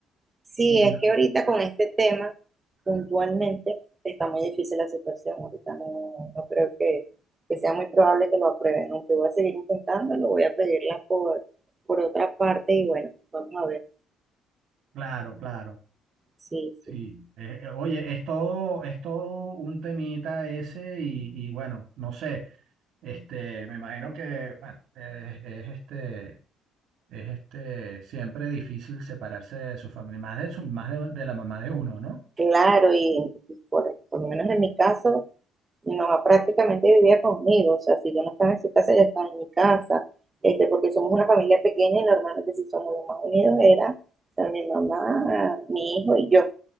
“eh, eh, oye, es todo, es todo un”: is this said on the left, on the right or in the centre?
Right